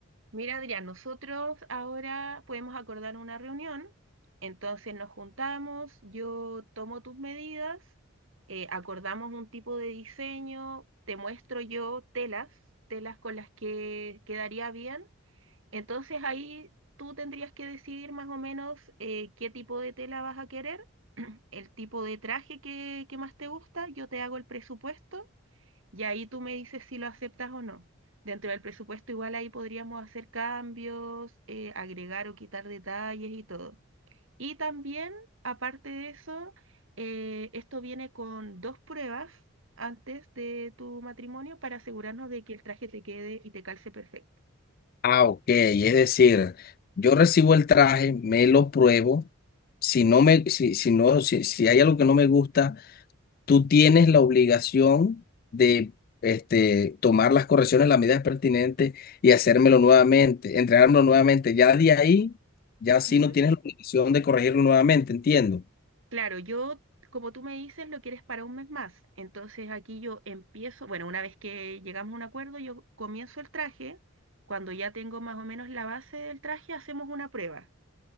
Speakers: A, on the right (about 65°); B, on the left (about 45°).
A: Mira, Adrián, nosotros ahora podemos acordar una reunión, entonces nos juntamos, yo tomo tus medidas, eh, acordamos un tipo de diseño, te muestro yo telas, telas con las que quedaría bien, entonces ahí tú tendrías que decidir más o menos eh, qué tipo de tela vas a querer, <clears throat> el tipo de traje que, que más te gusta, yo te hago el presupuesto. Y ahí tú me dices si lo aceptas o no. Dentro del presupuesto igual ahí podríamos hacer cambios, eh, agregar o quitar detalles y todo. Y también, aparte de eso, eh, esto viene con dos pruebas antes de tu matrimonio para asegurarnos de que el traje te quede y te calce perfecto.
B: Ah, ok. Es decir, yo recibo el traje, me lo pruebo. Si no me, si, si no, si, si hay algo que no me gusta, tú tienes la obligación de este, tomar las correcciones, las medidas pertinentes y hacérmelo nuevamente, entregármelo nuevamente. Ya de ahí, ya sí
A: Ujú.
B: no tienes la obligación de corregirlo nuevamente, entiendo.
A: Claro, yo, como tú me dices, lo quieres para un mes más. Entonces aquí yo empiezo, bueno, una vez que llegamos a un acuerdo, yo comienzo el traje. Cuando ya tengo más o menos la base del traje, hacemos una prueba.